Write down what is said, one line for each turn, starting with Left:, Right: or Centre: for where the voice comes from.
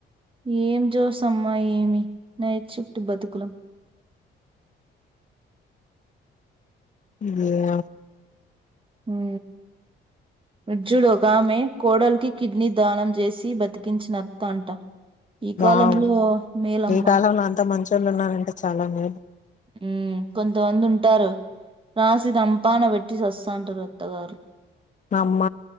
Right: ఏం జోస్ అమ్మా ఏమి నైట్ షిఫ్ట్ బతుకులం
Left: గేయ
Right: ఊ ఇటుజూడు ఒక ఆమె కోడలికి కిడ్నీ దానం చేసి బతికించిన అత్త అంట ఈ
Left: వావ్
Right: కాలంలో మేలమ్మ
Left: ఈ కాలంలో అంత మంచోళ్ళు ఉన్నారంటే చాలా మేలు
Right: ఉ కొంతమంది ఉంటారు రాసి రంపాన వెట్టి సస్తాంటరు అత్తగారు
Left: అమ్మ